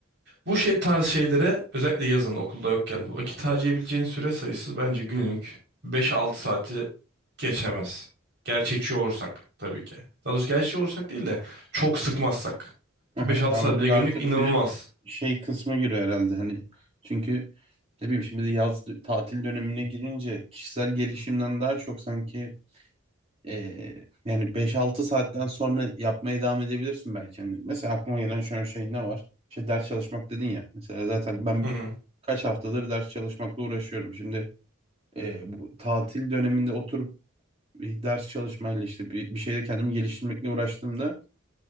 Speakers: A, on the right; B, on the right.
A: bu şey tarz şeylere özellikle yazın okulda yokken vakit harcayabileceğin süre sayısı bence günlük 5-6 saati geçemez. Gerçekçi olursak tabii ki. Daha doğrusu gerçekçi olursak değil de çok sıkmazsak. Ki
B: Hı
A: 5-6
B: Ya
A: saat
B: orada
A: bile
B: da
A: günlük
B: artık
A: inanılmaz.
B: bir şey kısmı giriyor herhalde hani çünkü ne bileyim şimdi de yaz tatil dönemine girince kişisel gelişimden daha çok sanki Ee, yani beş altı saatten sonra yapmaya devam edebilirsin belki. Hani mesela aklıma gelen şu an şey ne var? İşte ders çalışmak dedin ya. Mesela zaten ben
A: Hı hı.
B: kaç haftadır ders çalışmakla uğraşıyorum. Şimdi e, bu tatil döneminde oturup bir ders çalışmayla işte bir, bir şeyle kendimi geliştirmekle uğraştığımda